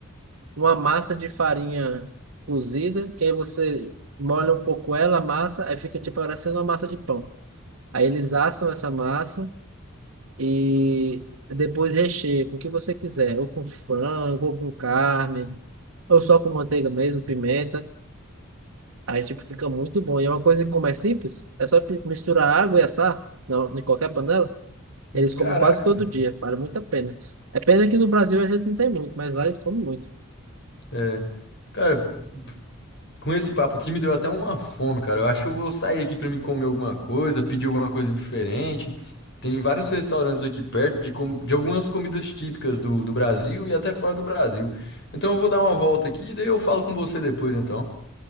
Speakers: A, on the right; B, on the left.
A: uma massa de farinha cozida, que aí você molha um pouco ela, a massa, aí fica tipo parecendo uma massa de pão. Aí eles assam essa massa e depois recheia com o que você quiser, ou com frango, ou com carne, ou só com manteiga mesmo, pimenta. Aí, tipo, fica muito bom. E é uma coisa que, como é simples, é só pi- misturar água e assar na- em qualquer panela. Eles
B: Caraca,
A: comem quase todo
B: cara.
A: dia. Vale muito a pena. É pena que no Brasil a gente não tem muito, mas lá eles comem muito.
B: é. Cara, com esse papo aqui me deu até uma fome, cara. Eu acho que eu vou sair aqui pra me comer alguma coisa, pedir alguma coisa diferente. Tem vários restaurantes aqui perto de, com- de algumas comidas típicas do, do Brasil e até fora do Brasil. Então eu vou dar uma volta aqui e daí eu falo com você depois, então.